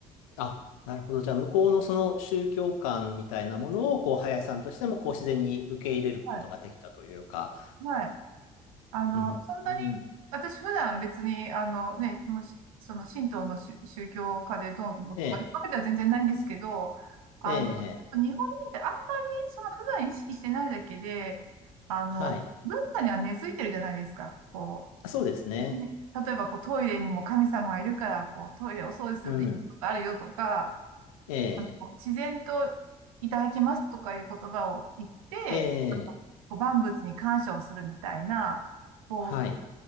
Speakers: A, on the left (about 75°); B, on the right (about 75°).
A: あ、なるほど。じゃあ、向こうのその宗教観みたいなものを、こう、林さんとしても、こう、自然に受け入れることができたというか。
B: はい。はいあの、
A: うん、
B: そんなに、
A: うん。
B: 私普段別に、あのね、もしその神道の宗宗教家でどうのとかいうわけでは全然ないんですけど、
A: ええ、
B: あの、
A: ええ、
B: 日本人ってあんまりその普段意識してないだけで、あの、
A: はい。
B: 文化には根付いてるじゃないですか。こ
A: あそうですね。
B: う、ね例えばこうトイレにも神様がいるから、こうトイレお掃除するといいことがあるよとか、
A: うん。ええ、
B: あの自然といただきますとかいう言葉を言って、
A: ええ、
B: あのこう万物に感謝をするみたいな、こう、
A: はい。